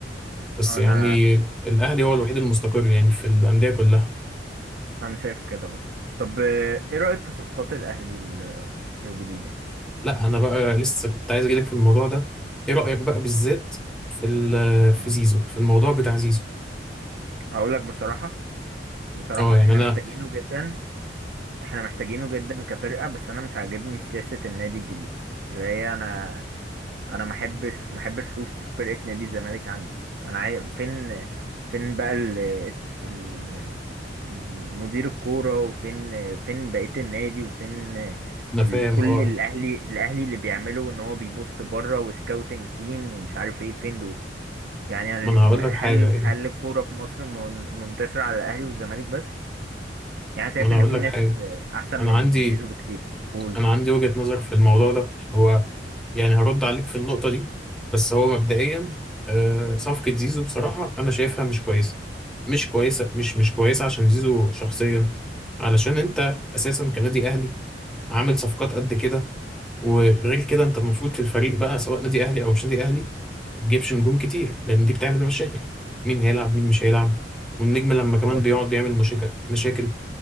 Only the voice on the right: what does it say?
انا
انا شايف كده برضه طب آه، ايه رايك في صفقات الاهلي ال- الجديده
طبعا
اقول لك بصراحه بصراحه
احنا
محتاجينه جدا احنا محتاجينه جدا كفرقة بس انا مش عاجبني سياسة النادي الجديدة اللي هي انا انا ما احبش ما احبش اشوف فرقة نادي الزمالك عندي انا عاي... فين فين بقى ال... ال... المدير الكورة وفين فين بقية النادي وفين
ال...
كل
الاهلي الاهلي اللي بيعمله ان هو بيبص بره وسكاوتنج تيم ومش عارف ايه فين دول يعني أنا
ل-
هل
هل الكورة في مصر من... منتشرة على الاهلي والزمالك بس يعني شايف
ان
في
ناس
احسن
من
زيزو بكتير قول
بالظبط